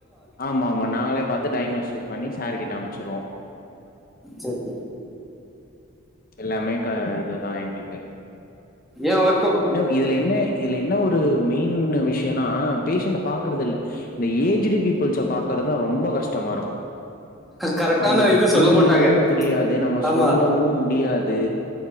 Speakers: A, on the left (about 45°); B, in the centre.
A: ஆமா ஆமா நாங்களே பாத்து டயக்னோசிஸ் பண்ணி சார் கிட்ட அம்ச்சிருவோ
B: சரி சரி
A: எல்லாமே க இதுதா எங்ளு
B: ஏ ஒர்
A: என்ன இதுல என்ன இதுல என்ன ஒரு மெயின் ன்னு விஷயொன்னா பேஷண்ட்ட பாக்குறதில்ல இந்த ஏஜ்டு பீப்புள்ஸ பாக்குறதுதா ரொம்ப கஷ்டமா இருக்கு
B: கரெக்டான
A: அவ்ங்களுக்கு
B: இது
A: புரியவு
B: சொல்ல மாட்டாங்க
A: புரியாது நம்ம
B: ஆமா
A: சொல்லவு முடியாது